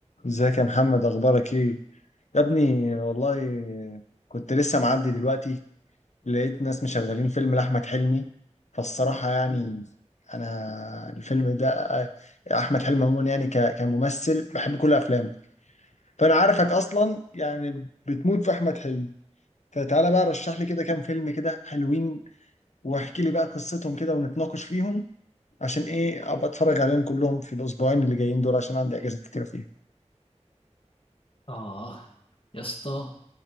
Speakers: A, on the left; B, on the left.
A: ازيك يا محمد اخبارك ايه يا ابني والله كنت لسه معدي دلوقتي لقيت ناس مشغلين فيلم لاحمد حلمي فالصراحه يعني انا الفيلم ده آه، احمد حلمي عموما يعني ك- كممثل بحب كل افلامه فانا عارفك اصلا يعني بتموت في احمد حلمي فتعالى بقى رشح لي كده كام فيلم كده حلوين واحكي لي بقى قصتهم كده ونتناقش فيهم عشان ايه ابقى اتفرج عليهم كلهم في الاسبوعين اللي جايين دول عشان عندي اجازات كتيره فيهم
B: اه يا اسطى